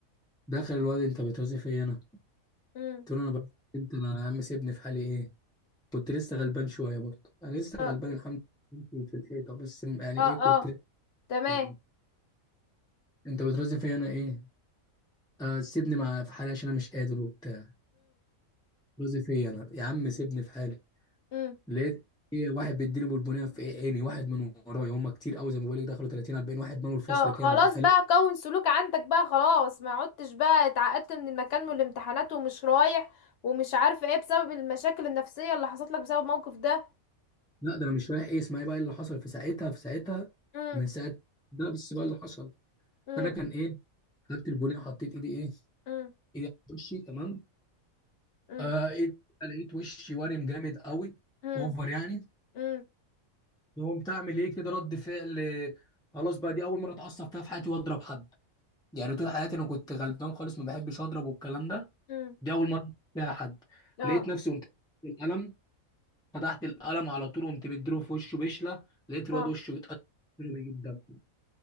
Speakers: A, in the centre; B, on the left.
A: دخل الواد انت بترازي فيا انا قلت
B: امم
A: له انا بس انت انا يا عم سيبني في حالي ايه كنت لسه غلبان شويه برضه انا لسه
B: اه
A: غلبان الحمد لله في الحيطه بس م- يعني
B: اه
A: ايه كنت
B: اه تمام
A: يعني انت بترازي فيا انا ايه آه سيبني مع في حالي عشان انا مش قادر وبتاع بترازي فيا انا يا عم سيبني في حالي
B: امم
A: لقيت ايه واحد بيديني بالبنيه في إيه عيني واحد من ورايا هم كتير قوي زي ما بقول لك دخلوا 30 40 واحد مالوا الفصل
B: اه
A: كامل
B: خلاص
A: تخيل
B: بقى كون سلوك عندك بقى خلاص ما عدتش بقى اتعقدت من المكان والامتحانات ومش رايح ومش عارفه ايه بسبب المشاكل النفسيه اللي حصلت لك بسبب الموقف ده
A: لا ده انا مش رايح ايه اسمعي بقى اللي حصل في ساعتها في ساعتها
B: امم
A: من ساعه ده بس بقى اللي حصل
B: امم
A: فانا كان ايه خدت البنيه حطيت ايدي ايه
B: امم
A: ايدي على وشي تمام
B: امم
A: آه ايه ده؟ لقيت وشي وارم جامد قوي
B: امم
A: اوفر يعني
B: امم
A: قمت اعمل ايه كده رد فعل آه، خلاص بقى دي اول مره اتعصب فيها في حياتي واضرب حد يعني طول حياتي انا كنت غلبان خالص ما بحبش اضرب والكلام ده
B: امم
A: دي اول مره فيها حد
B: اه
A: لقيت نفسي قمت القلم فتحت القلم على طول قمت مديله في وشه بشله لقيت الواد
B: اه
A: وشه اتقطع منه بيجيب دم